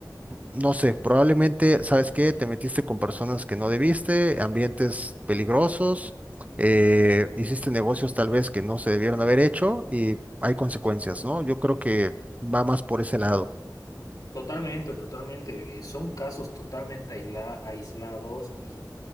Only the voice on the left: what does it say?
Totalmente, totalmente. Eh, son casos totalmente aisla- aislados y